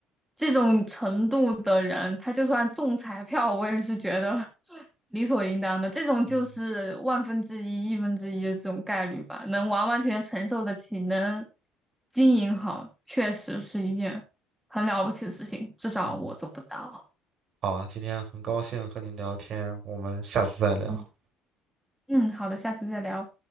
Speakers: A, in the centre; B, on the right (about 55°).
A: 这种程度的人，他就算中彩票，我也是觉得 <laughs> 理所应当的。这种就是万分之一、
B: 嗯
A: 亿分之一的这种概率吧，能完完全全承受得起，能经营好，确实是一件很了不起的事情，至少我做不到。
B: 嗯哼好，今天很高兴和你聊天，我们下次再聊。
A: 嗯嗯，好的，下次再聊。